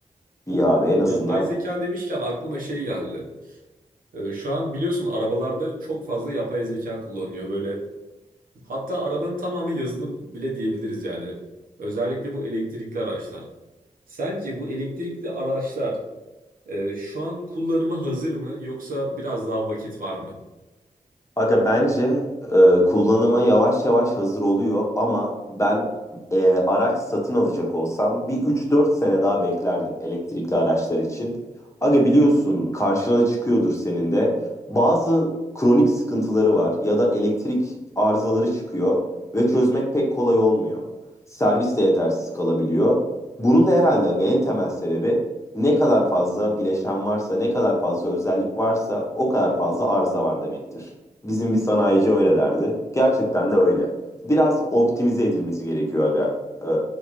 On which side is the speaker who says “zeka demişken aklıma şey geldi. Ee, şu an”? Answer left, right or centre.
Right